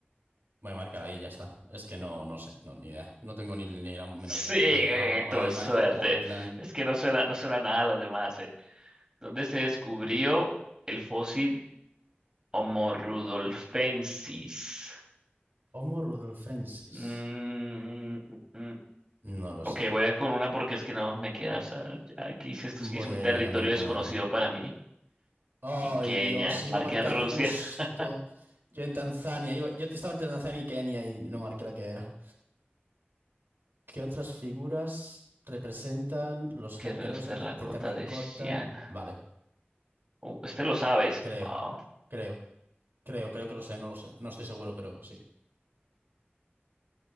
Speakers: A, on the right; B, on the right.
A: Voy a marcar ahí, ya está. Es que no, no sé, no, ni idea. No tengo ni, ni la menor
B: Sí,
A: idea.
B: eh,
A: No,
B: tuve
A: y
B: suerte.
A: marco Portland.
B: Es que no suena, no suena nada a las demás, eh. ¿Dónde se descubrió el fósil Homo rudolfensis?
A: Homo rudolfensis.
B: Mm, mm, mm.
A: No lo
B: Ok,
A: sé.
B: voy a ir con una porque es que no me queda. O sea, ya aquí sí, esto
A: Voy
B: sí es un
A: a
B: territorio
A: ir yo también con
B: desconocido
A: otra.
B: para mí.
A: Ay,
B: En Kenia,
A: Dios, iba
B: marca
A: a marcar
B: en Rusia.
A: justo.
B: <laughs>
A: Yo en Tanzania. iba- yo estaba entre Tanzania y Kenia y no marqué la que era. ¿Qué otras figuras representan los
B: Guerreros
A: guerreros
B: terracota
A: de, te- de terracota?
B: de Xi'an.
A: Vale,
B: Uh, este lo sabes.
A: creo,
B: Wow.
A: creo. Creo, creo que lo sé, no lo sé. No estoy seguro, pero sí.